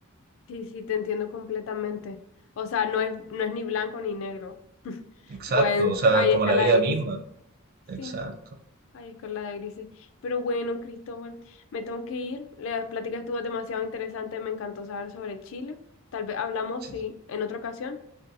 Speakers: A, on the left; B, on the right.
A: sí, sí, te entiendo completamente. O sea, no es, no es ni blanco ni negro,
B: Exacto,
A: pues
B: o sea,
A: hay
B: como
A: escala
B: la vida
A: de gris.
B: misma.
A: Sí.
B: Exacto.
A: Ay, escala de grises. Pero bueno, Cristóbal, me tengo que ir. La plática estuvo demasiado interesante. Me encantó saber sobre Chile. Tal vez hablamos,
B: sí.
A: sí, en otra ocasión.